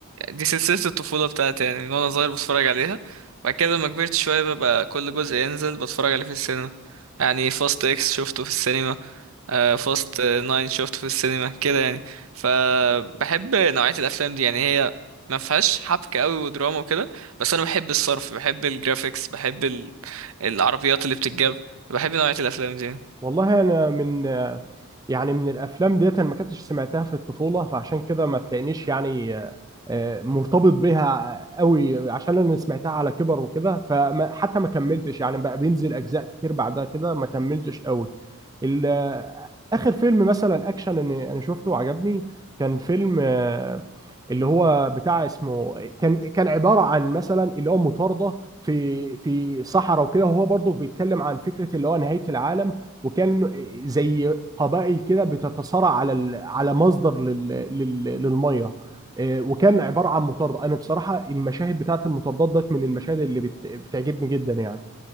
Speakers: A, on the right; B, on the right.
A: دي سلسله الطفوله بتاعتي يعني من وانا صغير بتفرج عليها بعد كده لما كبرت شويه ببقى كل جزء ينزل بتفرج عليه في السينما يعني فاست اكس شفته في السينما آه، فاست ناين شفته في السينما كده يعني فبحب نوعيه الافلام دي يعني هي ما فيهاش حبكه قوي ودراما وكده بس انا بحب الصرف بحب الجرافيكس بحب ال- العربيات اللي بتتجاب بحب نوعيه الافلام دي يعني.
B: والله انا من يعني من الافلام ديت انا ما كنتش سمعتها في الطفوله فعشان كده ما تلاقينيش يعني آه، مرتبط بيها قوي عشان انا سمعتها على كبر وكده فحتى ما كملتش يعني بقى بينزل اجزاء كتير بعدها كده ما كملتش قوي ال- آه، اخر فيلم مثلا اكشن انا أنا شفته وعجبني كان فيلم آه، اللي هو بتاع اسمه كان كان عباره عن مثلا اللي هو مطارده في في صحراء وكده وهو برضه بيتكلم عن فكره اللي هو نهايه العالم وكان زي قبائل كده بتتصارع على ال- على مصدر لل... لل... للميه آه، وكان عباره عن مطارده انا بصراحه المشاهد بتاعت المطاردات ديت من المشاهد اللي بت... بتعجبني جدا يعني